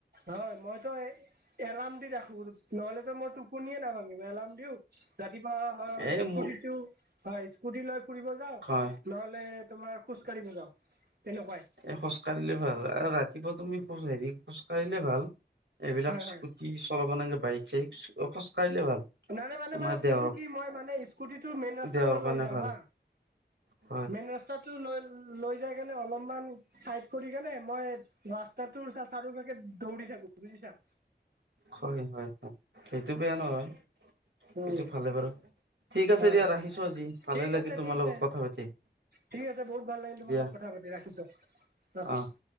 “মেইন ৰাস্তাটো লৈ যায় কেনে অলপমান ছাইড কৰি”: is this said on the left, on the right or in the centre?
Right